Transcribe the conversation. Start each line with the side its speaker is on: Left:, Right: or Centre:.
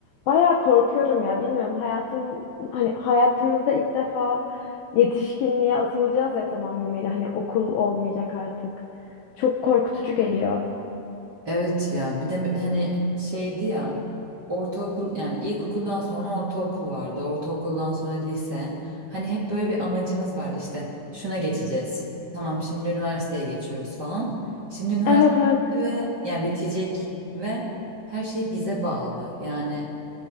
Left: bayağı korkuyorum ya bilmiyorum hayatım hani hayatımızda ilk defa yetişkinliğe atılacağız ya tam anlamıyla hani okul olmayacak artık. Çok korkutucu geliyor.
Right: Evet ya bir de hani şeydi ya ortaokul yani ilkokuldan sonra ortaokul vardı ortaokuldan sonra lise hani hep böyle bir amacımız vardı işte şuna geçeceğiz tamam şimdi üniversiteye geçiyoruz falan şimdi üniversite
Left: Evet evet.
Right: ve yani bitecek ve her şey bize bağlı yani